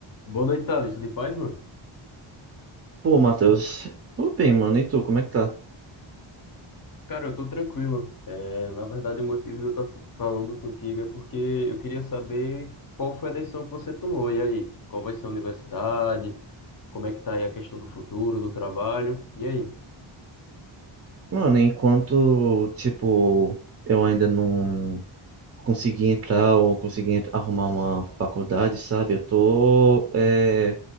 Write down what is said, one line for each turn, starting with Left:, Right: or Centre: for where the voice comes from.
Left: Boa noite, Thales. Tudo em paz, mano?
Right: Pô, Matheus, tô bem, mano. E tu, como é que tá?
Left: Cara, eu tô tranquilo. É, na verdade, o motivo de eu estar falando contigo é porque eu queria saber qual foi a decisão que você tomou. E aí, qual vai ser a universidade? Como é que tá aí a questão do futuro, do trabalho? E aí?
Right: Mano, enquanto, tipo, eu ainda não consegui entrar ou consegui ent- arrumar uma faculdade, sabe? Eu tô, é,